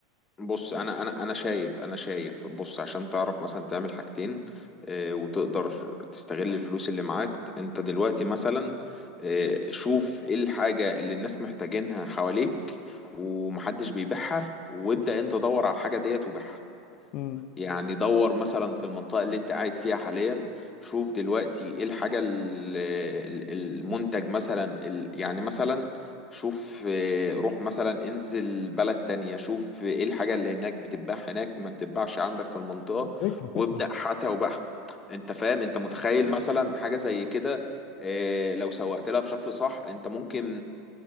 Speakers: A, on the left (about 20°); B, on the left (about 50°).
A: بص انا انا انا شايف انا شايف بص عشان تعرف مثلا تعمل حاجتين آه، وتقدر تستغل الفلوس اللي معاك انت دلوقتي مثلا آه، شوف ايه الحاجة اللي الناس محتاجينها حواليك ومحدش بيبيعها وابدأ انت دور على الحاجة ديت وبيعها
B: مم.
A: يعني دور مثلا في المنطقة اللي انت قاعد فيها حاليا شوف دلوقتي ايه الحاجة ال- ال- المنتج مثلا ال- يعني مثلا شوف اه، روح مثلا انزل بلد تانية شوف ايه الحاجة اللي هناك بتتباع هناك ما بتتباعش عندك في المنطقة
B: فكره فكره
A: وابدأ حتى وبحث انت فاهم انت متخيل مثلا حاجة زي كده اه، لو سوقت لها بشكل صح انت ممكن